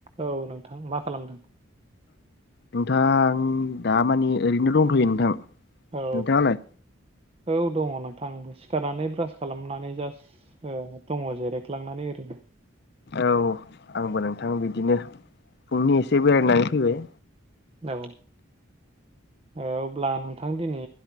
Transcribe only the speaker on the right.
औ नोंथां मा खालामदों
औ
औ दङ' नोंथांबो सिखारनानै ब्रास खालामनानै जास्ट दङ' जेरेखलांनानै ओरैनो।
औ औ अब्ला नोंथां दिनै